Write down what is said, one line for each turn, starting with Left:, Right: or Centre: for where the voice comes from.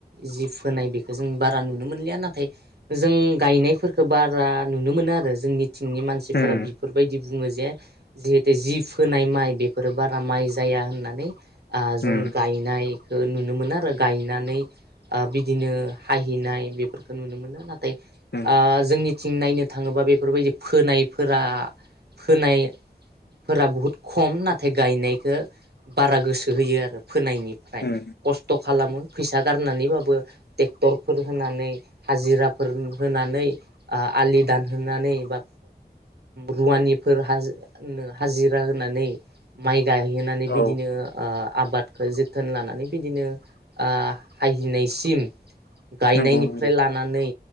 Right: जि फोनाय बेखौ जों बारा नुनो मोनलिया नाथाय जों गायनायफोरखौ बारा नुनो मोनो आरो जोंनि थिंनि मानसिफोरा
Left: उम
Right: बेफोरबायदि बुङो जे जिहेतु जि फोनाय माइ बेफोरो बारा माइ जाया होननानै जों
Left: उम
Right: गायनाय ओ नुनो मोनो आरो गायनानै बिदिनो हाहैनाय बेफोरखौ नुनो मोनो ना दे
Left: उम
Right: आ जोंनि थिं नायनो थाङोबा बेफोरबायदि फोनायफोरा फोनायफोरा बुहुद खम नाथाय गायनायखौ बारा गोसो होयो आरो । फोनायनिफ्राय
Left: उम
Right: खस्थ' खालामो फैसा गारनानैबाबो ट्रेक्टरफोर होनानै हाजिराफोर होनानै आ आलि दानहोनानै बा रुवानिफोर हाज-हाजिरा नानै माइ गायहैनानै
Left: औ
Right: बिदिनो आ आबादखौ जोथोन लानानै बिदिनो ओ हाहैनायसिम गायनायनिफ्राय
Left: नंगौ नंगौ
Right: लानानै